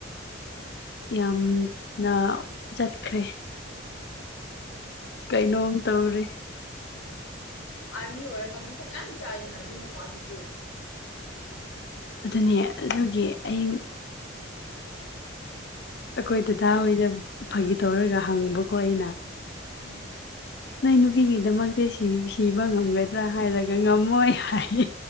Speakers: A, on the left; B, on the left.
A: ꯌꯥꯝꯅ ꯆꯠꯈ꯭ꯔꯦ ꯀꯩꯅꯣꯝ ꯇꯧꯔꯦ
B: ꯑꯥꯔꯃꯤ ꯑꯣꯏꯔꯒ ꯃꯀꯣꯛ ꯌꯥꯝ ꯆꯥꯛꯑꯦꯅ ꯑꯗꯨ ꯅꯨꯄꯥ ꯗꯨꯗꯤ
A: ꯑꯗꯨꯅꯦ ꯑꯗꯨꯒꯤ ꯑꯩ ꯑꯈꯣꯏ ꯗꯗꯥ ꯍꯣꯏꯗ ꯐꯒꯤ ꯇꯧꯔꯒ ꯍꯪꯕꯀꯣ ꯑꯩꯅ
B: ꯎꯝ
A: ꯅꯣꯏ ꯅꯨꯄꯤꯒꯤꯗꯃꯛꯇ ꯁꯤ ꯁꯤꯕ ꯉꯝꯒꯗ꯭ꯔꯥ ꯍꯥꯏꯔꯒ ꯉꯝꯃꯣꯏ ꯍꯥꯏꯌꯦ